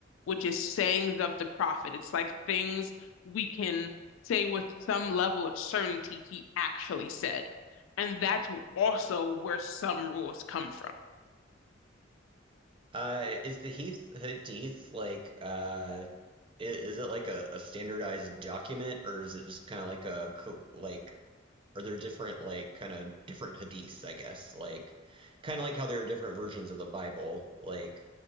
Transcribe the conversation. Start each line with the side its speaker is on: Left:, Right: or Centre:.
Left: which is sayings of the Prophet. It's like things we can say with some level of certainty he actually said. And that's also where some rules come from.
Right: Uh, is the Hadith like uh, is it like a, a standardized document, or is it just kind of like a co- like are there different like kind of different hadiths, I guess, like kind of like how there are different versions of the Bible, like